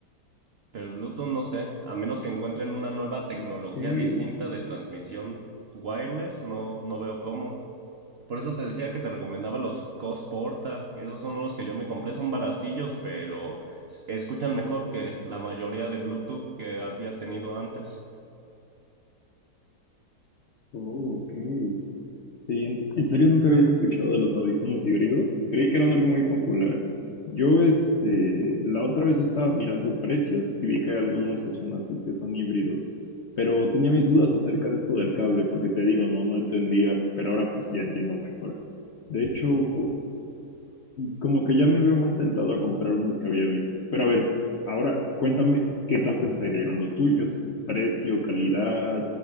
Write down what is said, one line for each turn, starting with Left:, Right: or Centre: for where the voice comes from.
Right: Pero el Bluetooth, no sé, a menos que encuentren una nueva tecnología
Left: Ok.
Right: distinta de transmisión wireless, no, no veo cómo. Por eso te decía que te recomendaba los Cosporta. Esos son los que yo me compré, son baratillos, pero s- escuchan mejor que la mayoría de Bluetooth que había tenido antes.
Left: Oh, ok. Sí, en, en serio nunca habías escuchado de los audífonos híbridos. Creí que eran algo muy popular. Yo, este, la otra vez estaba mirando precios y vi que hay algunos que son así, que son híbridos. Pero tenía mis dudas acerca de esto del cable, porque te digo, no, no entendía, pero ahora pues ya entiendo mejor. De hecho, como que ya me veo más tentado a comprar unos que había visto. Pero a ver, ahora cuéntame qué tal te salieron los tuyos. Precio, calidad,